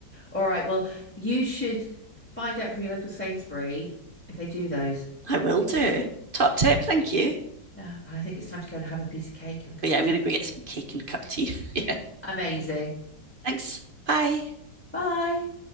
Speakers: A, in the centre; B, on the right.
A: All right. Well, you should find out from your local Sainsbury if they do those.
B: I will do. Top tip, thank you.
A: Yeah, and I think it's time to go and have a piece of cake and a cup
B: Oh yeah,
A: of
B: I'm
A: tea.
B: going to go get some cake and a cup of tea. <laughs> yeah.
A: Amazing.
B: Thanks. Bye.
A: Bye.